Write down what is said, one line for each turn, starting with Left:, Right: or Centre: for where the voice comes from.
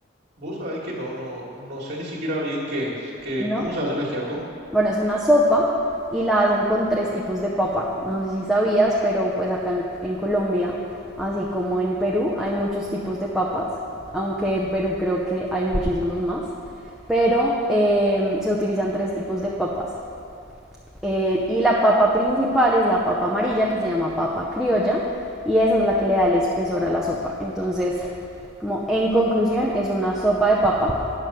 Right: Vos sabés que no, no, no sé ni siquiera bien qué es, que,
Centre: No.
Right: ¿cómo se hace el ajiaco?
Centre: Bueno, es una sopa y la hacen con tres tipos de papa. No sé si sabías, pero pues acá en, en Colombia, así como en Perú, hay muchos tipos de papas, aunque en Perú creo que hay muchísimos más. Pero eh, se utilizan tres tipos de papas. Eh, y la papa principal es la papa amarilla, que se llama papa criolla, y esa es la que le da el espesor a la sopa. Entonces, como en conclusión, es una sopa de papa